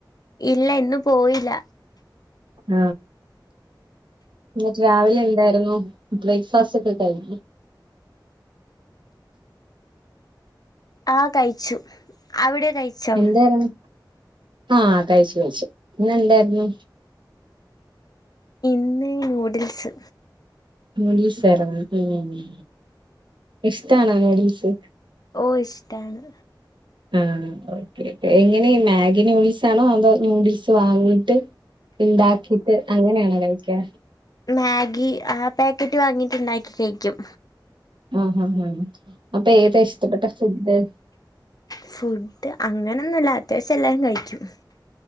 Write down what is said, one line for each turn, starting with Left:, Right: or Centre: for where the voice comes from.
Left: ഇല്ല ഇന്ന് പോയില്ല
Right: <unintelligible> ന്നട്ട് രാവിലെ എന്തായിരുന്നു ബ്രേക്ഫാസ്റ്റൊക്കെ കഴി
Left: ആ കഴിച്ചു അവിടെ കഴിച്ചോ
Right: എന്താർഞ്ഞേ ആ കഴിച്ചു കഴിച്ചു ന്നെന്താർന്നു
Left: ഇന്ന് നൂഡിൽസ്
Right: നൂഡിൽസ് ആയിർന്നു മ്മ് ഇഷ്ടാണോ നൂഡിൽസ്
Left: ഓ ഇഷ്ടാണ്
Right: ആ ഓക്കേ എങ്ങനെ ഈ മാഗ്ഗി നൂഡിൽസ് ആണോ അതോ നൂഡിൽസ് വാങ്ങീട്ട് ണ്ടാക്കീട്ട് അങ്ങനാണോ കഴിക്കാ
Left: മാഗ്ഗി ആ പാക്കറ്റ് വാങ്ങീട്ട് ണ്ടാക്കി കഴിക്കും
Right: ആ ഹാ ഹാ അപ്പേതാ ഇഷ്ടപ്പെട്ട ഫുഡ്‌
Left: ഫുഡ്‌ അങ്ങനൊന്നുല്ല അത്യാവശ്യം എല്ലാം കഴിക്കും